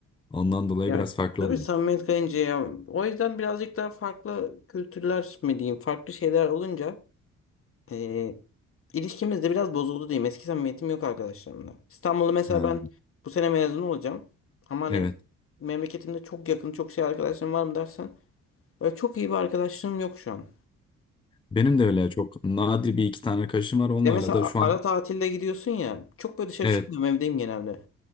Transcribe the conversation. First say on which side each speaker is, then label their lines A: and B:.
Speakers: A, on the left; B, on the left.
A: Ondan dolayı
B: Yani
A: biraz farklı
B: tabii
A: oldu.
B: samimiyet kayınca ya o yüzden birazcık daha farklı kültürler mi diyeyim farklı şeyler olunca e, ilişkimiz de biraz bozuldu diyeyim. Eski samimiyetim yok arkadaşlarımla. İstanbul'da mesela
A: Ha,
B: ben bu sene mezun olacağım ama hani
A: evet.
B: memleketimde çok yakın çok şey arkadaşlarım var mı dersen böyle çok iyi bir arkadaşlığım yok şu an.
A: Benim de öyle çok nadir bir iki tane arkadaşım var. Onlarla
B: Ya mesela
A: da şu
B: ara
A: an
B: tatilde gidiyorsun ya. Çok böyle dışarı
A: Evet
B: çıkmıyorum evdeyim genelde.